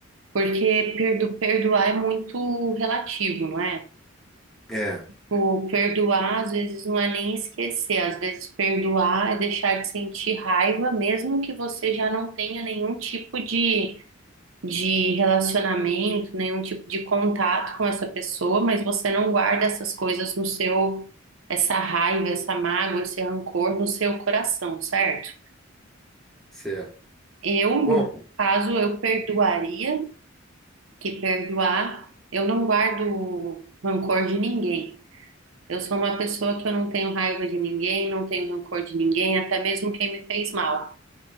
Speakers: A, on the right; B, in the centre.
A: porque perdo, perdoar é muito relativo, não é?
B: É,
A: O perdoar às vezes não é nem esquecer, às vezes perdoar é deixar de sentir raiva, mesmo que você já não tenha nenhum tipo de, de relacionamento, nenhum tipo de contato com essa pessoa, mas você não guarda essas coisas no seu, essa raiva, essa mágoa, esse rancor no seu coração, certo?
B: certo.
A: Eu, no
B: Bom.
A: meu caso, eu perdoaria, que perdoar, eu não guardo rancor de ninguém. Eu sou uma pessoa que eu não tenho raiva de ninguém, não tenho rancor de ninguém, até mesmo quem me fez mal.